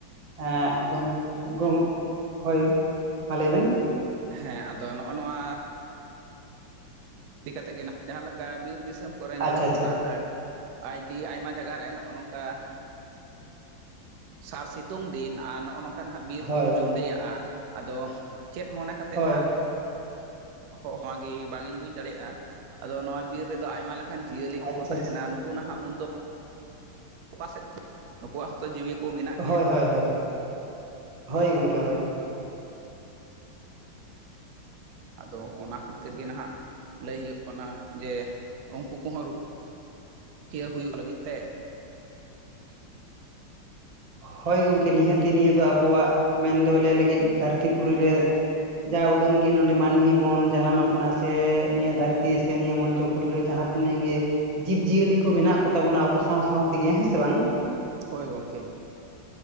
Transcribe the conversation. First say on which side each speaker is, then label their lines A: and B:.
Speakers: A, on the right (about 45°); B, on the right (about 75°).
A: ᱦᱮ ᱜᱚᱝ ᱜᱚᱝ ᱦᱳᱭ ᱢᱟ ᱞᱟᱹᱭ ᱵᱮᱱ
B: ᱦᱮᱸ ᱟᱫᱚ ᱱᱚᱜᱼᱚ ᱱᱚᱣᱟ ᱤᱫᱤ ᱠᱟᱛᱮ ᱜᱮ ᱱᱟᱟᱜ ᱡᱟᱦᱟᱸᱮᱠᱟ ᱵᱤᱨ ᱫᱤᱥᱚᱢ ᱠᱚᱨᱮ ᱧᱮᱞᱚᱜ
A: ᱟᱪᱪᱷᱟ ᱟᱪᱪᱷᱟ
B: ᱠᱟᱱᱟ ᱟᱹᱰᱤ ᱟᱭᱢᱟ ᱡᱟᱭᱟᱨᱮ ᱱᱚᱜᱼᱚ ᱱᱚᱝᱠᱟ ᱥᱟᱨ ᱥᱤᱛᱩᱝ ᱫᱤᱱ ᱟᱨ ᱱᱚᱜᱼᱚ ᱱᱚᱝᱠᱟ ᱱᱟᱟᱸᱜ ᱵᱤᱨ
A: ᱦᱳᱭ
B: ᱠᱚᱠᱚ ᱡᱚᱸᱰᱭᱟᱜᱼᱟ ᱟᱫᱚ ᱪᱮᱫ ᱢᱚᱱᱮ ᱠᱟᱛᱮᱫ
A: ᱦᱳᱭ
B: ᱱᱟᱦᱜ ᱦᱚᱭ ᱱᱚᱣᱟᱜᱮ ᱵᱟᱝ ᱤᱧ ᱵᱩᱡᱽ ᱫᱟᱲᱮᱭᱟᱜᱼᱟ ᱟᱫᱚ ᱱᱚᱣᱟ ᱵᱤᱨ ᱨᱮᱫᱚ ᱟᱭᱢᱟ ᱞᱮᱠᱟ ᱠᱷᱟᱱ ᱡᱤᱭᱟᱹᱞᱤ ᱠᱚᱠᱚ
A: ᱟᱪᱪᱷᱟ
B: ᱛᱟᱦᱮᱱᱟ
A: ᱟᱪᱪᱷᱟ
B: ᱱᱩᱠᱩ ᱱᱟᱦᱟᱜ ᱩᱱᱫᱚ ᱚᱠᱟ ᱥᱮᱫ ᱠᱚ ᱱᱩᱠᱩᱣᱟᱜ ᱦᱛᱚ ᱡᱤᱣᱤ ᱠᱚ ᱢᱮᱱᱟᱜ
A: ᱦᱳᱭ
B: ᱜᱮᱭᱟ
A: ᱦᱳᱭ ᱦᱳᱭ ᱦᱳᱭ ᱜᱚᱢᱠᱮ ᱦᱳᱭ
B: ᱟᱫᱚ ᱚᱱᱟ ᱠᱷᱟᱹᱛᱤᱨ ᱜᱮ ᱱᱟᱦᱟᱜ ᱞᱟᱹᱭ ᱦᱩᱭᱩᱜ ᱚᱱᱟ ᱡᱮ ᱩᱱᱠᱩ ᱠᱚᱦᱚᱸ ᱨᱠᱷᱤᱭᱟᱹ ᱦᱩᱭᱩᱜ ᱞᱟᱹᱜᱤᱫ ᱛᱮ
A: ᱦᱳᱭ ᱜᱚᱢᱠᱮ ᱱᱤᱦᱟᱹᱛᱤ ᱱᱤᱭᱟᱹ ᱫᱚ ᱟᱵᱚᱣᱟᱜ ᱢᱮᱱᱫᱚ ᱞᱮ-ᱞᱮᱜᱮᱡ ᱫᱷᱟᱹᱨᱛᱤ ᱯᱩᱨᱤ ᱨᱮ ᱡᱟ ᱩᱰᱟᱹᱝ ᱜᱮ ᱱᱚᱰᱮ ᱢᱟᱹᱱᱢᱤ ᱵᱚᱱ ᱡᱟᱱᱟᱢ ᱟᱠᱟᱱᱟ ᱥᱮ ᱱᱤᱭᱟᱹ ᱫᱷᱟᱹᱨᱛᱤ ᱥᱮ ᱱᱤᱭᱟᱹ ᱢᱚᱧᱪᱚ ᱯᱩᱨ ᱨᱮ ᱡᱟᱦᱟᱸ ᱛᱤᱱᱟᱹᱜ ᱜᱮ ᱡᱤᱵᱽᱡᱤᱭᱟᱹᱞᱤ ᱠᱚ ᱢᱮᱱᱟᱜ ᱠᱚᱛᱟ ᱵᱚᱱᱟ ᱟᱵᱚ ᱥᱟᱶ ᱥᱟᱶ ᱛᱮᱜᱮ ᱦᱮᱸ ᱥᱮ ᱵᱟᱝ
B: ᱦᱳᱭ ᱜᱚᱢᱠᱮ